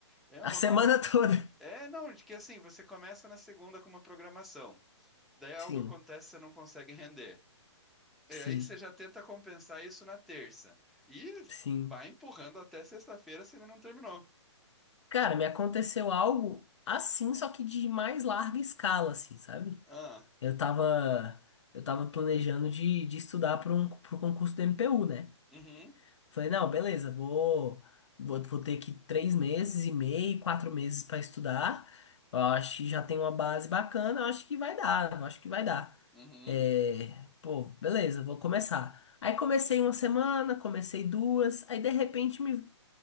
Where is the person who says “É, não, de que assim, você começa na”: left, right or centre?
Centre